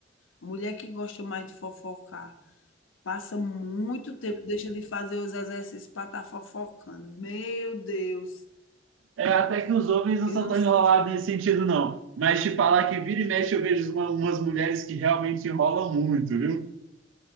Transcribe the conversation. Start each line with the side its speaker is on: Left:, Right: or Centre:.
Left: Mulher que gosta mais de fofocar, passa muito tempo, deixa de fazer os exercícios para estar fofocando. Meu Deus,
Right: É, até que os homens não
Left: eu
Right: são
Left: não
Right: tão
Left: sei
Right: enrolados
Left: se
Right: nesse sentido, não. Mas te falar que vira e mexe eu vejo
Left: foi.
Right: uma- umas mulheres que realmente enrolam muito, viu?